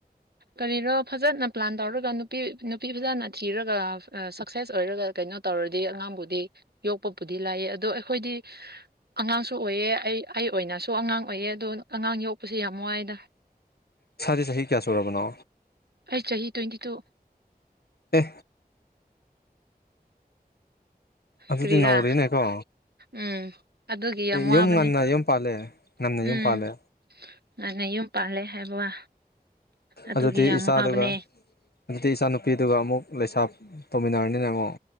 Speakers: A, on the right; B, on the left.
A: ꯀꯔꯤꯔꯣ ꯐꯖꯅ ꯄ꯭ꯂꯥꯟ ꯇꯧꯔꯒ ꯅꯨꯄꯤ ꯅꯨꯄꯤ ꯐꯖꯅ ꯊꯤꯔꯒ ꯑ ꯁꯛꯁꯦꯁ ꯑꯣꯏꯔꯒ ꯀꯩꯅꯣ ꯇꯧꯔꯗꯤ ꯑꯉꯥꯡꯕꯨꯗꯤ ꯌꯣꯛꯄꯕꯨꯗꯤ ꯂꯥꯏꯌꯦ ꯑꯗꯣ ꯑꯩꯈꯣꯏꯗꯤ ꯑꯉꯥꯡꯁꯨ ꯑꯣꯏꯌꯦ ꯑꯩ ꯑꯩ ꯑꯣꯏꯅꯁꯨ ꯑꯉꯥꯡ ꯑꯣꯏꯌꯦ ꯑꯗꯣ ꯑꯉꯥꯡ ꯌꯣꯛꯄꯁꯦ ꯌꯥꯝ ꯋꯥꯏꯗ
B: ꯏꯁꯥꯁꯦ ꯆꯍꯤ ꯀꯌꯥ ꯁꯨꯔꯕꯅꯣ
A: ꯑꯩ ꯆꯍꯤ ꯇ꯭ꯋꯦꯟꯇꯤ ꯇꯨ
B: ꯑꯦ ꯑꯗꯨꯗꯤ
A: ꯀꯔꯤꯔꯥ
B: ꯅꯧꯔꯤꯅꯦꯀꯣ
A: ꯎꯝ ꯑꯗꯨꯒꯤ ꯌꯥꯝ
B: ꯌꯨꯝ
A: ꯋꯥꯕꯅꯦ
B: ꯉꯟꯅ ꯌꯨꯝ ꯄꯥꯜꯂꯦ ꯉꯟꯅ ꯌꯨꯝ
A: ꯎꯝ
B: ꯄꯥꯜꯂꯦ
A: ꯉꯟꯅ ꯌꯨꯝ ꯄꯥꯜꯂꯦ ꯍꯥꯏꯕ ꯑꯗꯨꯒꯤ
B: ꯑꯗꯨꯗꯤ
A: ꯌꯥꯝ
B: ꯏꯆꯥꯗꯨꯒ
A: ꯋꯥꯕꯅꯦ
B: ꯃꯩꯇꯩ ꯏꯆꯥ ꯅꯨꯨꯄꯤꯗꯨꯒ ꯑꯃꯨꯛ ꯂꯩꯁꯥ ꯇꯧꯃꯤꯟꯅꯔꯅꯤꯅꯦ ꯑꯃꯨꯛ